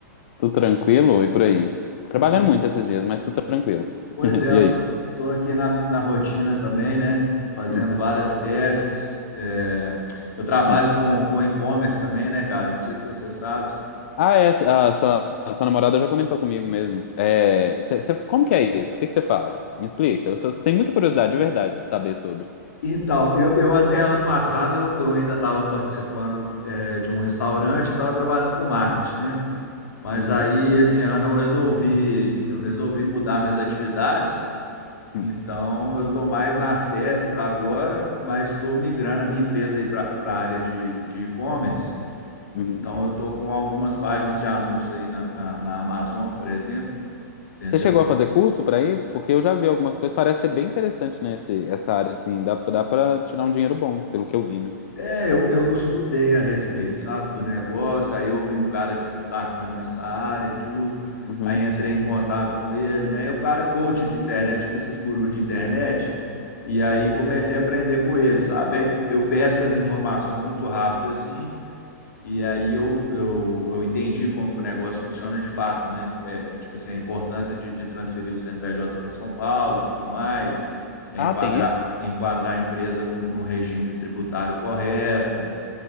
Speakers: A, on the left; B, on the left.
A: Tudo tranquilo e por aí?
B: Tudo
A: Trabalhando
B: se...
A: muito esses dias, mas tudo tranquilo.
B: Pois
A: <laughs>
B: é,
A: E
B: eu
A: aí?
B: tô, tô aqui na, na rotina também, né? Fazendo
A: Hum,
B: várias tasks. é, Eu trabalho
A: hum.
B: com, com e-commerce também, né, cara? Não sei se você sabe.
A: Ah, é, a sua, a sua namorada já comentou comigo mesmo. É, cê- cê- como que é isso? O que que você faz? Me explica. Eu só- tenho muita curiosidade, de verdade, de saber sobre.
B: Então, eu, eu até ano passado eu, eu ainda estava participando é, de um restaurante e estava trabalhando com marketing, né? Mas
A: Uhum,
B: aí esse ano eu resolvi eu resolvi mudar minhas atividades
A: hum,
B: Então, eu estou mais nas tasks agora, mas estou migrando a minha empresa aí para a área de de e-commerce.
A: uhum.
B: Então, eu estou com algumas páginas de anúncio aí na, na, na Amazon, por exemplo, entendeu?
A: Você chegou a fazer curso para isso? Porque eu já vi algumas coisas, parece ser bem interessante, né, esse- essa área, assim, dá, dá para tirar um dinheiro bom, pelo que eu vi, né?
B: É, eu, eu estudei a respeito, sabe, do negócio. Aí eu vi um cara se destacando nessa área e tudo.
A: Uhum.
B: Aí entrei em contato com ele, né? E o cara é coach de internet, tipo esses gurus de internet. E aí comecei a aprender com ele, sabe? Aí eu pesco as informações muito rápido assim E aí eu, eu, eu entendi como que o negócio funciona de fato, né? É, tipo assim, a importância de, de transferir o CNPJ para São Paulo e tudo mais, é,
A: Ah,
B: enquadrar,
A: tem isso?
B: enquadrar a empresa no, no regime tributário correto,